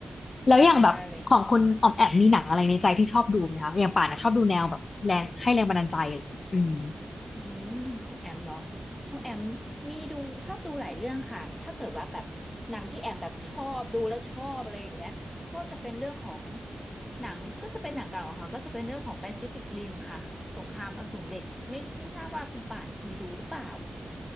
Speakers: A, on the left; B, on the left.
A: แล้วอย่างแบบของคุณออมแอมมีหนังอะไรในใจที่ชอบดูไหมคะอย่างป่านนะชอบดูแนวแบบแรงให้แรงบันดาลใจอะไรอย่างเงี้ยอืม
B: เข้าใจได้เลยอืมของแอมเหรอของแอมมีดูชอบดูหลายเรื่องค่ะถ้าเกิดว่าแบบหนังที่แอมแบบชอบดูแล้วชอบอะไรอย่างเงี้ยก็จะเป็นเรื่องของหนังก็จะเป็นหนังเก่าอะค่ะก็จะเป็นเรื่องของ Pacific Rim ค่ะสงครามอสูรเหล็กไม่ไม่ทราบว่าคุณป่านเคยดูหรือเปล่า